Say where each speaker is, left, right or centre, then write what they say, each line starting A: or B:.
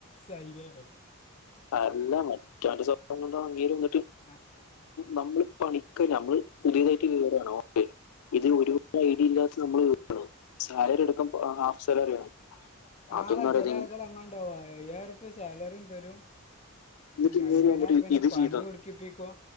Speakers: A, on the left (about 30°); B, on the left (about 80°).
A: സയില്ലേ
B: അല്ല മറ്റ സ്വഭംണ്ട അങ്ങന്നിട്ട്
A: ആഹ്
B: നമ്മൾ പണിക്ക നമ്മൾ പുതിയതായിട്ട് കയറാണ് ഓക്കെ ഇത് ഒരുപാട് ഐഡിയ ഇല്ലാത്ത നമ്മൾ സാലറി എടുക്കാമ്പ ഹാഫ് സാലറി ആണ് അതൊന്നും
A: ആടാ
B: അറിയാതെ
A: ചില
B: ഇ-
A: ആളുകൾ അങ്ങണ്ടാവും അയ്യരൂപ്പിയാ സാലറിം തരും
B: എന്നിട്ട്
A: ഈ
B: ഇങ്ങനെ
A: അയ്മ്പതിനായിരം
B: വന്നിട്ട്
A: റുപ്പിയെടെ
B: ഇത്
A: പണി
B: ചെയ്തു
A: ഉടുക്കിപ്പിക്കും